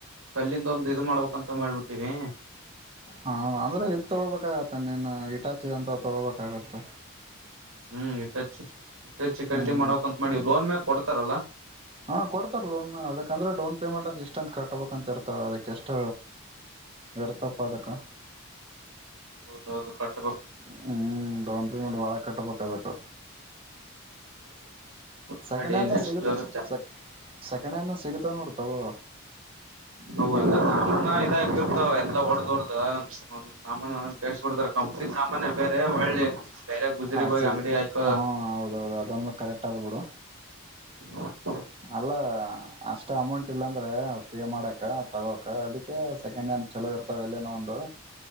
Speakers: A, on the right; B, on the right.
A: ಕಲ್ಲಿಂದ ಒಂದು ಇ ಮಾಡ್ಬೇಕಂತ ಮಾಡ್ಬಿಟ್ಟಿವಿ
B: ಹ ಅಂದ್ರೆ ಇತ್ ತಗೋಬೇಕಾಗತ್ತ ನೀನ್ ಇಟ ಿ ಅಂತ ತೊಗೋಬೇಕಾಗುತ್ತೆ
A: ಹ್ಮ್ ಇಟ್ಟಚ್ಚಿ ಇಟ್ಟಚ್ಚ
B: ಹ್ಮ್
A: ಖರೀದಿ ಮಾಡಕಂತ್ ಮಾಡಿ ಲೋನ್ ಮ ಕೊಡ್ತಾರಲ್ಲ
B: ಹಾ ಕೊಡ್ತಾರೆ ಲೋನ್ ನಾನ ಅದಕ್ಕೆಂದ್ರೆ ಡೌನ್ ಪೇಮೆಂಟ್ ಅಂತ ಇಷ್ಟಂತ ಕಟ್ಟಬೇಕಂತ ಇರ್ತಾವ ಅದಕ್ಕೆ ಎಷ್ಟ ಇರ್ತಪ್ಪ ಅದಕ್ಕ
A: ಹೌದು ಹೌದು ಕಟ್ಟ
B: ಹ್ಮ್ ಡೌನ್ ಪೇಮೆಂಟ್ ಬಳ ಕಟ್ಟಬೇಕಬೇಕು
A: ಮಾಡಿ
B: ಸೆಕೆಂಡ್ ಹ್ಯಂಡ್ ನ
A: ನೆಕ್ಸ್ಟ್
B: ಸಿಗುತ್ತ
A: ಚ
B: ಸೆ ಸೆಕೆಂಡ್ ಹ್ಯಾಂಡ್ ಸಿಗತಾವ ನೋಡ್ ತಗೋ
A: ಹ ಎಲ್ಲ ಸಾಮಾನ ಇದಾಗಿರ್ತವ ಎಲ್ಲಾ ಹೊಡ್ದ ಹೊಡ್ದ ಸಾಮಾನ ಕೆಡ್ಸಬಡ್ತಾರ ಕಂಪ್ನಿ ಸಾಮಾನ ಬೇರೆ ಒಳ್ಳೆ ಬೇರೆ ಗುಜರಿಗ್
B: ಹಾಕ್ಸಿದ್ದ
A: ಹೋಗಿ ಅಂಗಡಿ ಹಾಕ
B: ಹಾ ಹೌದೌದು ಅದನ್ನು ಕರೆಕ್ಟ್ ಆದ್ ಬಿಿಡು
A: ಹ್ಮ
B: ಅಲ್ಲ ಅಷ್ಟ ಅಷ್ಟು ಅಮೌಂಟ್ ಇಲ್ಲಾಂದ್ರೆ ಪೇ ಮಾಡಕ ತಗೋಕ ಅದಕ್ಕೆ ಸೆಕೆಂಡ್ ಹ್ಯಾಂಡ್ ಚಲೋ ಇರ್ತಾವ ಎಲ್ಲೇನೋ ಒಂದು